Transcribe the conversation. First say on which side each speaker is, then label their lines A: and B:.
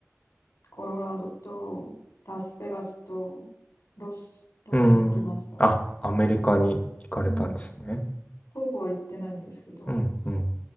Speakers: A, on the left; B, on the left.
A: コロラドとラスベガスとロス、ロスに行きましたね。
B: うん。あ、アメリカに行かれたんですね。
A: うん。東部は行ってないんですけど、
B: うん、うん。